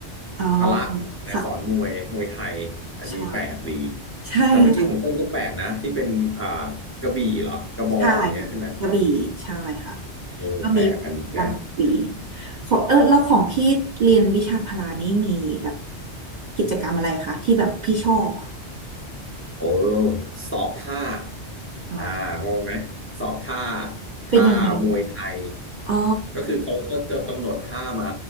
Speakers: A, on the right (about 60°); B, on the left (about 20°).
A: อ๋อ
B: พละแต่สอนมวยมวยไทยอันนี้แปลกดี
A: ค่ะใช่ใช่ค่ะ
B: แต่เมื่อกี้ของเติ้ลก็แปลกนะที่เป็นอ่ากระบี่เหรอกระบองอย่างเงี้ยใช่ไหม
A: ใช่ค่ะกระบี่ใช่ค่ะ
B: เออแปลกอันนี้แปลก
A: ก็มีลำกระบี่ของเออแล้วของพี่เรียนวิชาพละนี้มีแบบกิจกรรมอะไรคะที่แบบพี่ชอบอะ
B: โอ้สอบท่า
A: อ๋อ
B: อ่างงไหมสอบท่าท่ามวยไทย
A: เป็นยังไงคะอ๋อ
B: ก็คือเขาก็จะกำหนดท่ามา